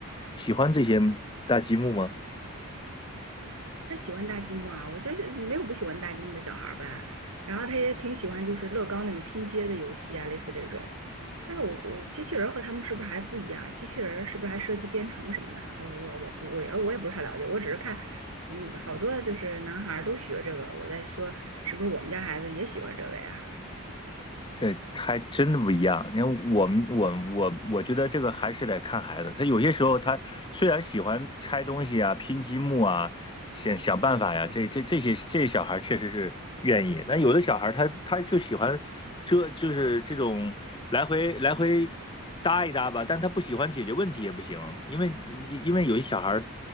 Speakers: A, on the left; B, on the right.
A: 喜欢这些搭积木吗？
B: 他喜欢搭积木啊，我就是没有不喜欢搭积木的小孩儿吧。然后他也挺喜欢就是乐高那种拼接的游戏啊，类似这种。但是我我机器人儿和他们是不是还不一样？机器人儿是不是还涉及编程什么的？我我我不我也我也不是太了解，我只是看，嗯，好多就是男孩儿都学这个，我在说是不是我们家孩子也喜欢这个呀？
A: 对，还真的不一样。你看，我们我我我觉得这个还是得看孩子。他有些时候，他虽然喜欢拆东西啊、拼积木啊，想想办法呀。这这这些这些小孩确实是愿意，那有的小孩他他就喜欢这就是这种来回来回搭一搭吧，但他不喜欢解决问题也不行，因为因为有些小孩